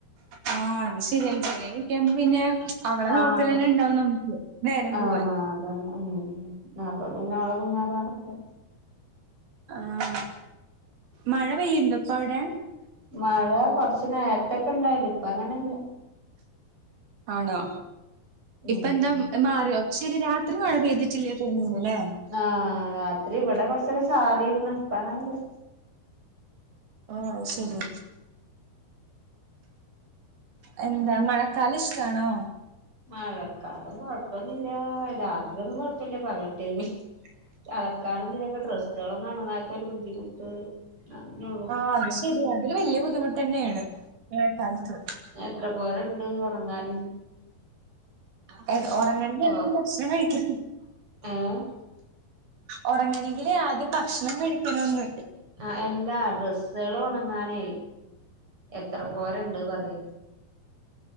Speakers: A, on the right (about 65°); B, on the right (about 30°).
A: ആഹ് അത് ശെരിയാണ് ചെറിയകുട്ടി ആവ്മ്പ പിന്നെ. അവളെ
B: ആഹ്
A: നോക്കലെന്നെ ഇണ്ടാവും നമുക്ക് നേരം
B: ആഹ്
A: പുവാൻ
B: അതന്നെ ഉം അപ്പ പിന്നെ ഓളെ പിന്നാലെ നടക്കാ
A: ആഹ് മഴ പെയ്യുണ്ടോ ഇപ്പൊ അവടെ
B: മഴ കൊറ്ച്ച് നേര്ത്തൊക്കെ ഇണ്ടായിന്നി. ഇപ്പ അങ്ങനെ ഇല്ല
A: ആണോ
B: ഉം
A: -ഇപ്പ എന്താ മാറിയോ ഇച്ചിരി രാത്രി മഴ പെയ്തിട്ടില്ലേ തോന്നുന്നല്ലേ
B: ആഹ് രാത്രി ഇവടെ കൊറച്ചൊക്കെ ചാറീര്ന്ന് ഇപ്പ അങ്ങനെയില്ല
A: ആഹ് അഹ് ശരി
B: ഉം
A: എന്താ മഴക്കാലം ഇഷ്ടാണോ
B: മഴക്കാലം കൊഴപ്പൊന്നുല്ലാ രാത്രിയൊന്നും കൊഴപ്പല്ല പകൽ ടേണി തലക്കാലം ഇതിനൊക്കെ ഡ്രെസ്സുകളും ഒന്നും ഒണങ്ങാത്തൊരു ബുദ്ധിമുട്ട് അനൊള്ളു
A: ആഹ് അത് ശെരിയാണ് അതില് വല്യ ബുദ്ധിമുട്ടന്നെയാണ് മഴക്കാലത്ത്
B: ത്ര പോരുണ്ട് ഒണങ്ങാൻ
A: <unintelligible>
B: ഓക്ക് ഏഹ്
A: ഒറങ്ങണങ്കില് ആദ്യം ഭക്ഷണം കഴിക്കണോന്ന്
B: ആ എല്ലാ ഡ്രെസ്സ്സാൾ ഉണങ്ങാൻ എത്ര പോരണ്ട്ന്ന് അറിയോ